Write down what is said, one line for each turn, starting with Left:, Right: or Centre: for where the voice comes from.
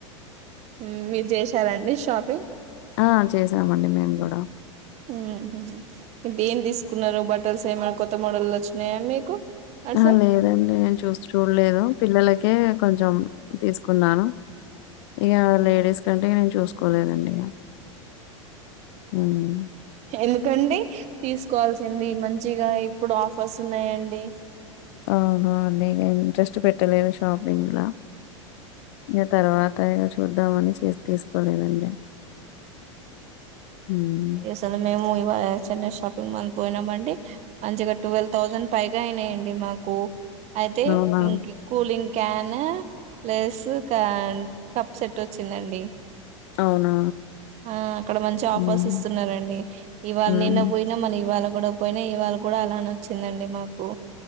Right: ఉమ్ మీరు చేశారా అండి షాపింగ్.
Left: ఆహ్ చేసామండి మేము కూడా.
Right: ఉమ్ హుహు ఏం దెం తీసుకున్నారు బట్టల్స్ ఏమన్నా కొత్త మోడల్ వచ్చినాయా మీకు. అటు
Left: ఆహ్
Right: సైడ్
Left: లేదండి నేను చూసి చూడలేదు పిల్లలకే కొంచెం తీసుకున్నాను. ఇగా లేడీస్ కంటికీ నేను చూసుకోలేదండి ఇగ హ్మ్
Right: ఎందుకండి తీసుకోవాల్సింది మంచిగా ఇప్పుడు ఆఫర్స్ ఉన్నాయండి.
Left: అవునవును అండి ఇగ ఇంట్రెస్ట్ పెట్టలేదు షాపింగ్లా ఇగ తర్వాత. పైగా చూద్దామని చేస్ తీసుకోలేదండి. హ్మ్.
Right: ఈసలా మేము ఇవా చెన్నయ్ షాప్. <unintelligible> పోయినాబండే మంచిగా ట్వెల్వ్ థౌసండ్ పైగా అయినాయండి మాకు అయితే
Left: అవునా?
Right: ఇంగి కూలింగ్ క్యాన్ ప్లేస్ కన్ కప్ సెట్ వచ్చిందండి
Left: అవునా
Right: ఆ అక్కడ మంచి ఆఫర్స్
Left: హ్మ్.
Right: ఇస్తున్నారండి ఇవాళ
Left: హ్మ్
Right: నిన్న బోయినా మన ఇవాళ గూడా పోయినా ఇవాళ గూడా అలానే వచ్చిందండి మాకు